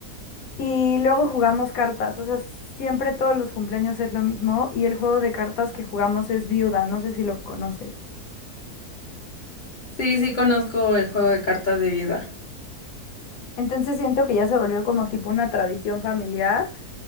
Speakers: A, on the left (about 70°); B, on the left (about 40°).
A: Y luego jugamos cartas, o sea, siempre todos los cumpleaños es lo mismo y el juego de cartas que jugamos es viuda, no sé si lo conoces.
B: Sí, sí conozco el juego de cartas de viuda.
A: Entonces siento que ya se volvió como tipo una tradición familiar